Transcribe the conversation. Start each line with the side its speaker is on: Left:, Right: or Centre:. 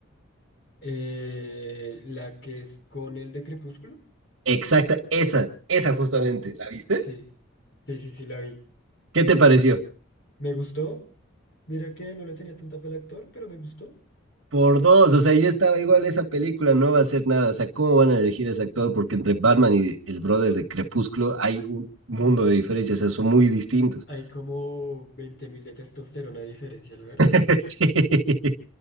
Left: Eh, la que es con el de Crepúsculo.
Right: Exacta, esa, esa justamente, ¿la viste?
Left: Sí, sí, sí, sí, la vi.
Right: ¿Qué te pareció?
Left: Me gustó. Mira que no le tenía tanta fe al actor, pero me gustó.
Right: Por dos, o sea, yo estaba igual, esa película no va a hacer nada, o sea, ¿cómo van a elegir a ese actor? Porque entre Batman y el brother de Crepúsculo hay un mundo de diferencias, o sea, son muy distintos.
Left: Hay como 20.000 de testosterona de diferencia, la verdad.
Right: <laughs> Sí.